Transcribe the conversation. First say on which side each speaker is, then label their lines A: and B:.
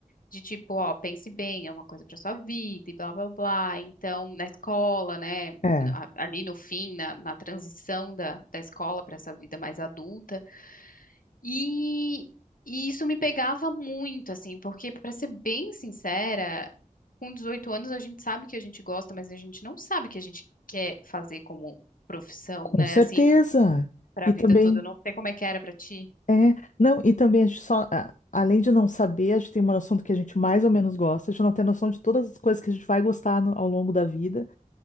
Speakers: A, on the left (about 85°); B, on the left (about 65°).
A: de tipo, ó, pense bem, é uma coisa para sua vida e blá blá blá. Então, na escola, né,
B: É,
A: a- ali no fim, na, na transição da, da escola para essa vida mais adulta. E, e isso me pegava muito, assim, porque, para ser bem sincera, com 18 anos a gente sabe o que a gente gosta, mas a gente não sabe o que a gente quer fazer como profissão,
B: com
A: né?
B: certeza.
A: Assim, para
B: E
A: a vida
B: também,
A: toda. Eu não sei como é que era para ti.
B: é, não, e também a gente só, a- além de não saber, a gente tem uma noção do que a gente mais ou menos gosta, a gente não tem noção de todas as coisas que a gente vai gostar no- ao longo da vida.